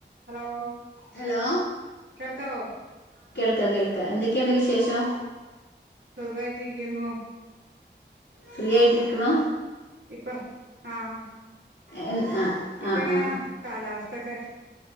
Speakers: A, on the right; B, on the left.
A: Hello
B: hello
A: കേൾക്കാവൊ
B: പ്പ കേൾക്ക എന്തൊക്കെയുണ്ട് വിശേഷം
A: സുഖായിട്ടിരിക്കുന്നു
B: ഫ്രീ ആയിട്ടിരിക്കണോ
A: ഇപ്പൊ ആഹ് ഹ
B: എൻ ആഹ്
A: ഇപ്പ
B: ആഹ്
A: എങ്ങനെയ
B: ആഹ്
A: കാലാവസ്ഥൊക്കെ